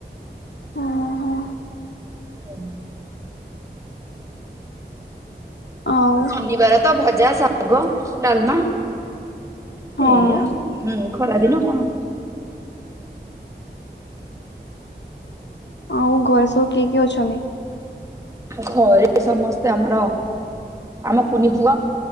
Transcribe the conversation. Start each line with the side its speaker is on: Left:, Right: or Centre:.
Left: ଓହୋ
Right: <inaudible>
Left: ଆଉ
Right: ଶନିବାର ତ ଭଜା, ଶାଗ, ଡାଲମା।
Left: ହଁ
Right: ଏଇ ଆଉ ହୁଁ ଖରାଦିନ କଣ?
Left: ଆଉ ଘରେ ସବୁ କିଏ କିଏ ଅଛନ୍ତି?
Right: ଘରେ ସମସ୍ତେ ଆମର ଆମ କୁନି ପୁଅ।